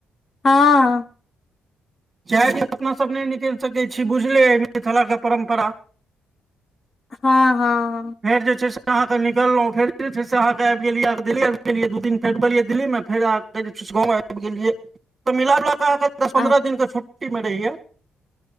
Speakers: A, on the left; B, on the right.
A: हँ।
B: चारि दिन अपना सब नहि निकलि सकै छी, बुझले अइ मिथिलाके परम्परा।
A: हँ- हँ।
B: फेर जे छै से अहाँके निकलहुँ, फेर जे छै अहाँके आबि गेलियै दिल्ली आबि गेलियै, दू दिन फेर रुकलियै दिल्लीमे, फेर आब फेर जे छै से गाँव आबि गेलियै तऽ मिलाजुलाके अहाँक दस
A: आ
B: पन्द्रह दिनके छुट्टीमे रहैया।